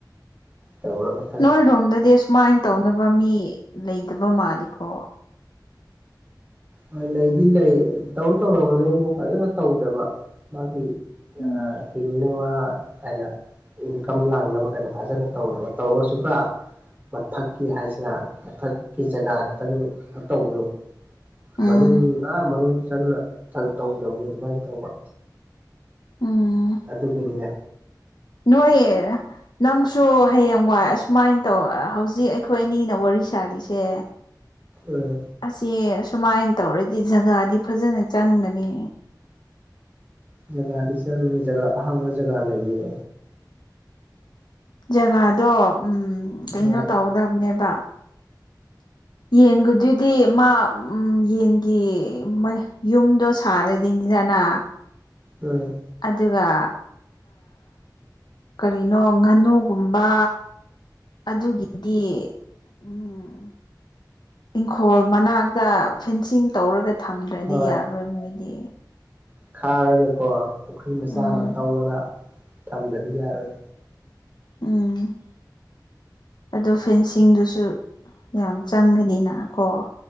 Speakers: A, on the right (about 25°); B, on the left (about 70°).
A: ꯇꯃ
B: ꯅꯣꯏꯔꯣꯝꯗꯗꯤ ꯑꯨꯃꯥꯏꯅ ꯇꯧꯅꯕ ꯃꯤ ꯂꯩꯗꯕ ꯃꯥꯜꯂꯤꯀꯣ
A: ꯍꯣꯏ ꯂꯩꯗꯤ ꯂꯩ ꯇꯧ ꯇꯧꯔꯝꯕꯅꯦꯕꯨ ꯐꯖꯅ ꯇꯧꯗꯕ ꯃꯥꯒꯤ
B: ꯎꯝ
A: ꯑ ꯍꯅ ꯋꯥ ꯍꯥꯏꯅ ꯏꯟꯀꯝ ꯂꯥꯡꯅꯕ ꯀꯥꯏꯅ ꯐꯖꯅ ꯇꯧꯗꯕ ꯇꯧꯔꯒꯁꯨ ꯄꯨꯔꯥ ꯃꯊꯛꯀꯤ ꯍꯥꯏꯁꯤꯔ ꯃꯊꯛꯀꯤ ꯖꯒꯥ ꯈꯇꯪ ꯀꯩꯅꯣ ꯇꯧꯕꯗꯣ
B: ꯎꯝ
A: ꯃꯅꯨꯡ ꯑꯥ ꯃꯅꯨꯡ ꯆꯪꯅ ꯇꯧꯗꯕꯅꯦꯣ ꯑꯗꯨꯃꯥꯏꯅ ꯇꯧꯕ
B: ꯎꯝ
A: ꯑꯗꯨꯒꯤꯅꯤꯗ
B: ꯅꯣꯏꯣꯌꯦ ꯅꯪꯁꯨ ꯍꯌꯦꯡ ꯋꯥꯏ ꯑꯁꯨꯃꯥꯏꯅ ꯇꯧ ꯍꯧꯖꯤꯛ ꯑꯩꯈꯣꯏ ꯑꯅꯤꯅ ꯋꯥꯔꯤ ꯁꯥꯔꯤꯁꯦ
A: ꯎꯝ
B: ꯑꯁꯤ ꯁꯨꯃꯥꯏꯅ ꯇꯧꯔꯗꯤ ꯖꯒꯥꯗꯤ ꯐꯖꯅ ꯆꯪꯒꯅꯤ
A: ꯖꯒꯥꯗꯤ ꯆꯪꯤ ꯖꯒꯥ ꯑꯍꯥꯡꯕ ꯖꯒꯥ ꯂꯩꯌꯦ
B: ꯖꯒꯥꯗꯣ ꯎꯝ ꯀꯩꯅꯣ
A: ꯍꯣꯏ
B: ꯇꯧꯒꯗꯕꯅꯦꯕ ꯌꯦꯟꯒꯗꯨꯗꯤ ꯃꯥ ꯎ ꯌꯦꯟꯒꯤ ꯌꯨꯝꯗꯣ ꯁꯔꯗꯤꯗꯤꯗꯅꯅꯥ
A: ꯎꯝ
B: ꯑꯗꯨꯒ ꯀꯔꯤꯅꯣ ꯉꯥꯅꯨꯒꯨꯝꯕ ꯑꯗꯨꯒꯤꯗꯤ ꯎꯝ ꯏꯪꯈꯣꯜ ꯃꯅꯥꯛꯇ ꯐꯦꯟꯁꯤꯡ ꯇꯧꯔꯒ ꯊꯝꯗ꯭ꯔꯗꯤ
A: ꯍꯣꯏ
B: ꯌꯥꯔꯔꯣꯏ ꯃꯣꯏꯗꯤ
A: ꯈꯥꯔꯒꯀꯣ ꯄꯨꯈ꯭ꯔꯤ ꯃꯆꯥ
B: ꯎꯝ
A: ꯑꯃ ꯇꯧꯔꯒ ꯊꯝꯗꯗꯤ ꯌꯥꯔꯣꯏ
B: ꯎꯝ ꯑꯣ ꯐꯦꯟꯁꯤꯡꯗꯨꯁꯨ ꯌꯥꯝ ꯆꯪꯒꯅꯤꯅ ꯀꯣ